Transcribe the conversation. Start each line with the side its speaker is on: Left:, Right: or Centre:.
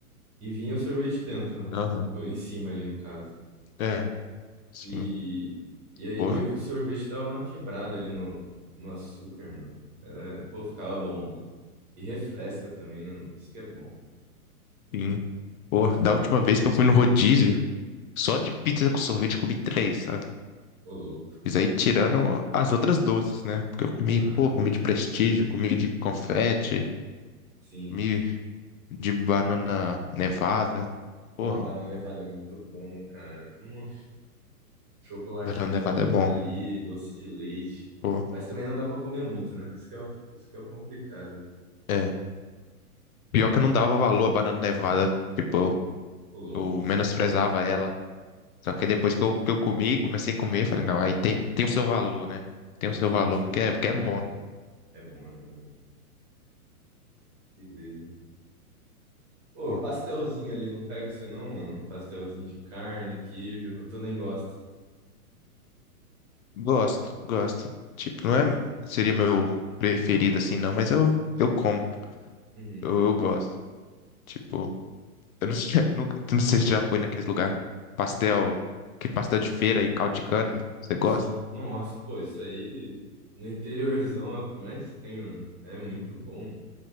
Right: e vinha o sorvete dentro, né?
Left: aham.
Right: Ou em cima ali, no caso.
Left: É, sim,
Right: E, e aí
Left: pô.
Right: meio que o sorvete dava uma quebrada ali no, no açúcar, mano. Era, pô, ficava bom, mano. E refresca também, né, mano? Isso que é bom.
Left: Sim. Pô, da última vez que eu fui no rodízio, só de pizza com sorvete eu comi três, sabe?
Right: Ô, louco.
Left: Isso aí tirando as outras doces, né? Porque eu comi,
Right: Aham,
Left: pô, comi de prestígio, comi de confete,
Right: sim.
Left: comi de banana nevada.
Right: Uma
Left: Pô,
Right: banana nevada é muito bom, cara. Um chocolate
Left: banana
Right: branco
Left: nevada é bom.
Right: ali, doce de leite.
Left: Pô,
Right: Mas também não dá pra comer muito, né? Isso que é o, isso que é o complicado.
Left: é. Pior que eu não dava valor à banana nevada. Tipo, eu,
Right: Ô, louco.
Left: eu menosprezava ela. Só que
Right: Ah,
Left: aí depois que eu, que eu comi, comecei a comer, falei, não, aí tem, tem o seu valor, né? Tem o seu
Right: sim,
Left: valor,
Right: sim.
Left: porque é, porque
Right: Não,
Left: é bom.
Right: é bom. É bom, é bom, mano. Beleza. Ô,
Left: Pô,
Right: pastelzinho ali, não pega você não, mano? Pastelzinho de carne, queijo. Tu nem gosta.
Left: gosto, gosto. Tipo,
Right: Uhum,
Left: não é, seria meu preferido assim, não, mas eu, eu como,
Right: uhum.
Left: eu, eu gosto. Tipo. Eu não sei, <laughs> nunca, não sei se já foi naqueles lugar. Pastel, que pastel de feira e caldo de cana. Você
Right: Sim.
Left: gosta?
Right: Nossa, pô, isso aí no interiorzão é o que mais tem, mano. É muito bom.